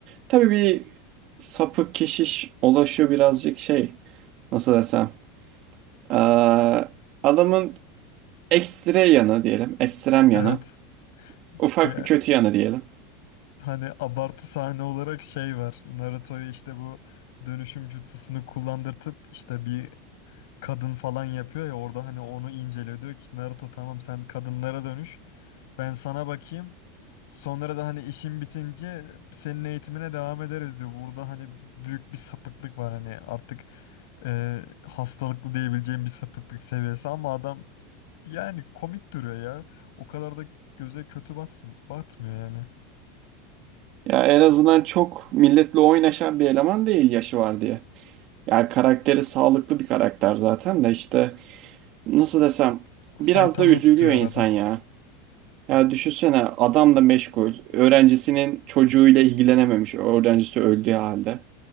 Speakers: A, on the right; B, on the left.
A: Tabii bir sapık keşiş ulaşıyor birazcık şey nasıl desem. Aa, adamın ekstre yanı diyelim ekstrem
B: Evet.
A: yanı ufak
B: Ya,
A: bir kötü yanı diyelim.
B: hani abartı sahne olarak şey var. Naruto'ya işte bu dönüşüm jutsusunu kullandırtıp işte bir kadın falan yapıyor ya orada hani onu inceliyor. Diyor ki Naruto tamam sen kadınlara dönüş. Ben sana bakayım. Sonra da hani işin bitince senin eğitimine devam ederiz diyor. Burada hani büyük bir sapıklık var hani artık e, hastalıklı diyebileceğim bir sapıklık seviyesi ama adam yani komik duruyor ya. O kadar da göze kötü bats batmıyor yani.
A: Ya en azından çok milletle oynaşan bir eleman değil yaşı var diye. Yani karakteri sağlıklı bir karakter zaten de işte nasıl desem
B: Haytalığı
A: biraz da üzülüyor
B: tutuyor
A: insan
B: arada.
A: ya. Ya düşünsene adam da meşgul. Öğrencisinin çocuğuyla ilgilenememiş. Öğrencisi öldüğü halde.